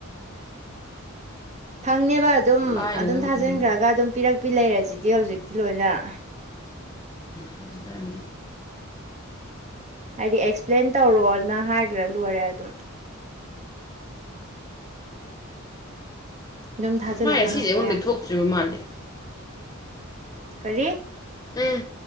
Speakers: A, on the right; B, on the left.
A: ꯐꯪꯅꯦꯕ ꯑꯗꯨꯝ
B: ꯂꯥꯏꯅ
A: ꯑꯗꯨꯝ ꯊꯥꯖꯤꯟꯈ꯭ꯔꯒ
B: ꯐꯪꯉꯦ
A: ꯑꯗꯨꯝ ꯄꯤꯔꯛꯄꯤ ꯂꯩꯔꯁꯤꯗꯤ ꯍꯧꯖꯤꯛꯇꯤ ꯂꯣꯏꯅ
B: ꯍꯧꯖꯤꯀꯅꯤ
A: ꯍꯥꯏꯗꯤ ꯑꯦꯛꯁꯄ꯭ꯂꯦꯟ ꯇꯧꯔꯣꯅ ꯍꯥꯏꯈ꯭ꯔ ꯂꯣꯏꯔꯦ ꯑꯗꯨꯝ ꯑꯗꯨꯝ ꯊꯥꯖꯤꯜꯂꯒ
B: ꯎ ꯃꯥꯅꯦ ꯁꯤꯁꯦ
A: ꯍꯪꯕ
B: ꯑꯩꯉꯣꯟꯗꯩ
A: ꯌꯥ
B: ꯊꯣꯛꯇ꯭ꯔꯤꯕ ꯃꯥꯜꯂꯦ
A: ꯀꯔꯤ
B: ꯎꯝ